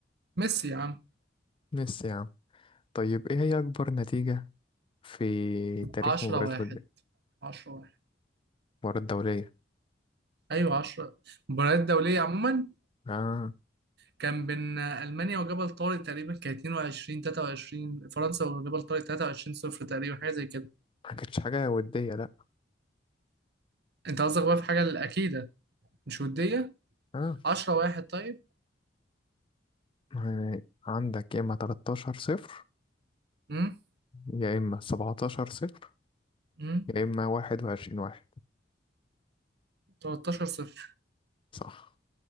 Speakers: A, on the right; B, on the left.
A: ميسي يا عم
B: ميسي يا عم طيب ايه هي أكبر نتيجة في تاريخ
A: 10
B: مباريات
A: واحد
B: ودية
A: 10 واحد
B: مباراة دولية
A: ايوه 10 مباريات دوليه عموما
B: اه
A: كان بين ألمانيا وجبل طارق تقريبا كان 22 23 فرنسا وجبل طارق 23 صفر تقريبا حاجة زي كده
B: ما كانتش حاجة ودية لأ
A: أنت قصدك بقى في حاجة الأكيدة مش ودية
B: اه
A: 10 واحد طيب
B: يعني عندك يا إما 13 صفر
A: امم
B: يا إما 17 صفر
A: امم
B: يا إما 21 واحد
A: 13 صفر
B: صح